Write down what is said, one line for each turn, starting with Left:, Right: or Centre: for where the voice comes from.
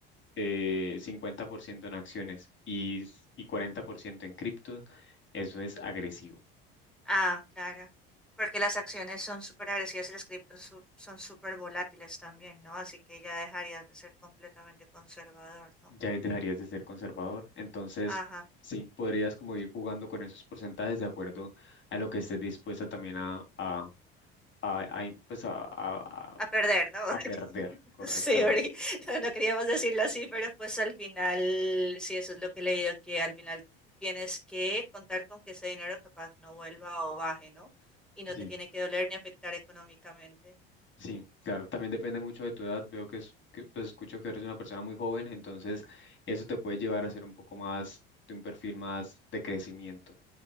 Left: eh, 50% en acciones y, s- y 40% en cripto, eso es agresivo.
Centre: Ah, claro. Porque las acciones son súper agresivas y las criptos su- son súper volátiles también, ¿no? Así que ya dejarías de ser completamente conservador, ¿no?
Left: Ya ahí dejarías de ser conservador. Entonces,
Centre: Ajá.
Left: sí, podrías como ir jugando con esos porcentajes de acuerdo a lo que estés dispuesta también a, a, a- a in- pues a, a- a-
Centre: a perder, ¿no? <laughs>
Left: a perder correctamente.
Centre: Sí, porque no, no queríamos decirlo así, pero pues al final, sí, eso es lo que he leído, que al final tienes que contar con que ese dinero capaz no vuelva o baje, ¿no? Y no
Left: Sí,
Centre: te tiene que doler ni afectar económicamente.
Left: sí, claro. También depende mucho de tu edad. Veo que, es, que pues, escucho que eres una persona muy joven, entonces eso te puede llevar a ser un poco más de un perfil más de crecimiento.